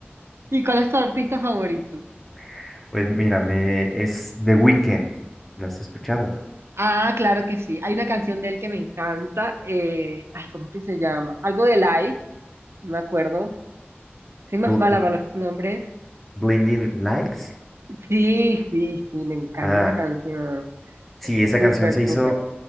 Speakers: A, on the right (about 80°); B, in the centre.
A: ¿Y cuál es tu artista favorito?
B: <laughs> Pues mira, me, es The Weeknd, ¿lo has escuchado?
A: Ah, claro que sí. Hay una canción de él que me encanta. eh, ay, ¿cómo que se llama? Algo de Light, no me acuerdo. Soy más
B: Bl-
A: mala
B: m-
A: para los nombres.
B: Blinding Lights.
A: Sí, sí, sí, me encanta
B: Ah,
A: esa canción.
B: sí,
A: Es
B: esa
A: súper,
B: canción se hizo
A: súper.